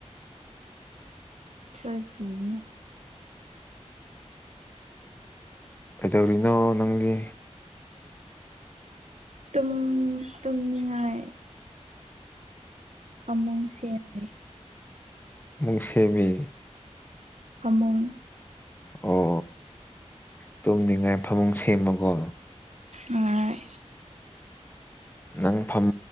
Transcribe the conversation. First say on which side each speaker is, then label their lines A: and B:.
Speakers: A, on the right; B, on the left.
A: ꯆꯣꯏꯈꯤꯕꯅꯦ
B: ꯀꯩꯗꯧꯔꯤꯅꯣ ꯅꯪꯗꯤ
A: ꯇꯨꯝ ꯇꯨꯝꯉꯥꯏ ꯀꯃ ꯁꯤꯦꯔꯦ
B: ꯑꯃꯁꯨꯡ ꯁ ꯃꯦ
A: ꯐꯃꯨꯡ
B: ꯑꯣ ꯇꯨꯝꯅꯤꯡꯉꯥꯏ ꯐꯃꯨꯡ ꯁꯦꯝꯃꯀꯣ
A: ꯑ
B: ꯅꯪ ꯐꯝ